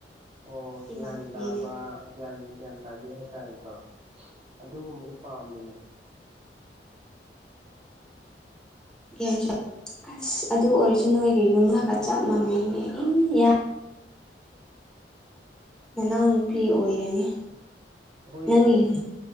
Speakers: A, on the right (about 35°); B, in the centre.
A: ꯑꯣ ꯒ꯭ꯌꯥꯟ
B: ꯏꯃꯥꯟꯅꯕꯤꯅꯦ
A: ꯇꯥꯕ ꯒ꯭ꯌꯥꯟ ꯒ꯭ꯌꯥꯟ ꯇꯥꯕꯤ ꯍꯥꯏꯇꯥꯔꯦꯀꯣ ꯑꯗꯨꯒꯨꯝꯕꯗꯨꯣ ꯄꯥꯝꯃꯤꯅꯦ
B: ꯌꯥꯖ ꯑꯁ ꯑꯗꯨ ꯑꯣꯏꯔꯁꯨ ꯅꯣꯏꯒ ꯌꯨꯝꯗꯒ
A: ꯑꯩꯈꯣꯏ ꯈꯨꯟꯗꯒꯤꯔꯣ
B: ꯆꯞ ꯃꯥꯟꯅꯩꯅꯦ ꯏ ꯌꯥ ꯅꯅꯥꯎꯅꯨꯄꯤ ꯑꯣꯏꯔꯅꯤ
A: ꯑꯩꯈꯣꯏ
B: ꯅꯪꯒꯤ ꯌꯨꯝ